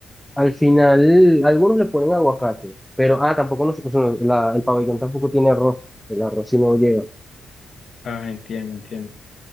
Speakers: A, in the centre; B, on the left (about 45°).
A: Al final, algunos le ponen aguacate, pero, ah, tampoco no se cocina, la- el pabellón tampoco tiene arroz, el arroz sí no lleva.
B: ah, entiendo, entiendo.